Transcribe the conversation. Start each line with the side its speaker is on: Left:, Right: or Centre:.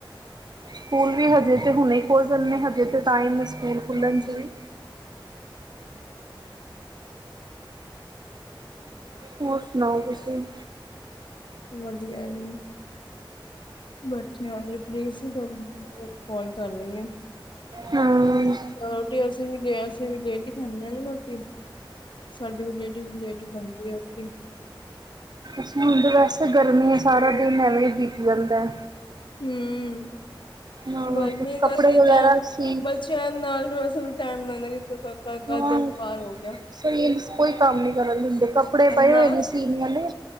Right: ਸਕੂਲ ਵੀ ਹਜੇ ਤੇ ਹੁਣੇ ਖੋਲ ਜਾਂਦੇ ਹਜੇ ਤੇ ਤਾਂ ਟਾਈਮ ਸਕੂਲ ਖੁੱਲ੍ਹਣ
Left: ਹਾਂ
Right: 'ਚ ਵੀ।
Left: <inaudible>
Right: ਹੋਰ ਸੁਣਾਓ ਤੁਸੀਂ।
Left: ਵਧੀਆ ਜੀ, ਬੈਠੇ ਆ ਜੀ। ਫਰੀ ਸੀ ਤੁਹਾਨੂੰ, ਕੌਲ ਕਰ ਲਈਏ।
Right: ਹਮ
Left: ਰੋਟੀ ਅਸੀਂ ਵੀ ਲ ਅਸੀਂ ਵੀ ਲੇਟ ਹੀ ਖਾਂਦੇ ਆ ਰੋਟੀ। ਸਾਡੀ ਵੀ ਲੇਟ ਈ ਲੇਟ ਈ ਬਣਦੀ ਆ ਰੋਟੀ।
Right: ਸਕੂਲ ਤੇ ਵੈਸੇ ਗਰਮੀਆਂ ਸਾਰਾ ਦਿਨ ਐਵੇਂ ਹੀ ਬੀਤ ਜਾਂਦਾ।
Left: ਹੂੰ,
Right: ਹਾਂ
Left: ਗਰਮੀ
Right: ਕੁਛ ਕੱਪੜੇ
Left: ਕਰਕੇ
Right: ਵਗੈਰਾ
Left: ਤੇ
Right: ਸੀ
Left: ਬੱਚਿ <unintelligible>
Right: ਹਾਂ
Left: ਦਿਨ ਪਾਰ ਹੋ ਗਿਆ।
Right: ਸਹੀ ਕੋਈ ਕੰਮ ਨੀ ਕਰਨ ਦਿੰਦੇ ਕੱਪੜੇ ਪਏ
Left: ਨਾ,
Right: ਹੋਏ ਨੇ ਸੀਨ ਵਾਲੇ